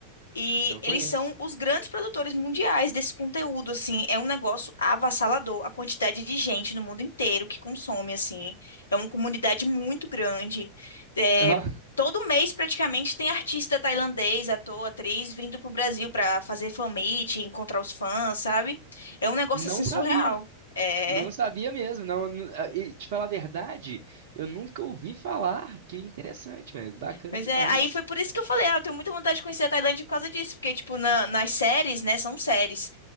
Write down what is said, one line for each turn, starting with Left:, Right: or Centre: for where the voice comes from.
Left: E
Right: não
Left: eles
Right: conheço.
Left: são os grandes produtores mundiais desse conteúdo, assim, é um negócio avassalador, a quantidade de gente no mundo inteiro que consome, assim, é uma comunidade muito grande. É,
Right: Ó,
Left: todo mês, praticamente, tem artista tailandês, ator, atriz, vindo pro Brasil para fazer fan meet, encontrar os fãs, sabe? É um negócio,
Right: não
Left: assim,
Right: sabia,
Left: surreal. É...
Right: não sabia mesmo. Não, não- ah, e te falar a verdade, eu nunca ouvi falar. Que interessante, velho, bacana
Left: Pois
Right: demais.
Left: é, aí foi por isso que eu falei, ah, eu tenho muita vontade de conhecer a Tailândia por causa disso, porque, tipo, na- nas séries, né, são séries.